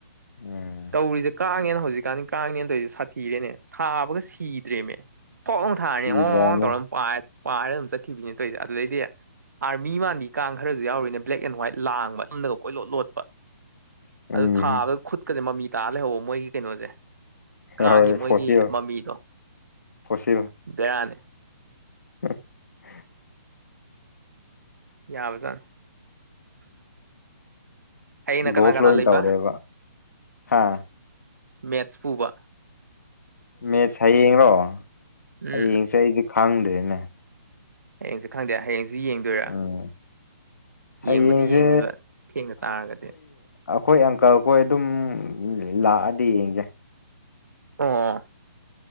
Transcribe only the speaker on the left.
<unintelligible>
ꯁꯤꯗ꯭ꯔꯅ
ꯎꯝ
ꯍꯣꯏ
ꯐꯣꯁꯤꯜ
ꯐꯣꯁꯤꯜ
<inaudible>
ꯏꯕꯣꯐ
ꯂꯣꯏ
ꯇꯧꯔꯦꯕ ꯍꯥ
ꯃꯦꯠꯁ ꯍꯌꯦꯡꯔꯣ ꯍꯌꯦꯡꯁꯦ
ꯑꯩꯗꯤ ꯈꯪꯗ꯭ꯔꯦꯅꯦ
ꯎꯝ ꯍꯌꯦꯡꯁꯦ
ꯑꯈꯣꯏ ꯑꯪꯀꯜꯈꯣꯏ ꯑꯗꯨꯝ ꯂꯥꯛꯑꯗꯤ ꯌꯦꯡꯗ‌ꯦ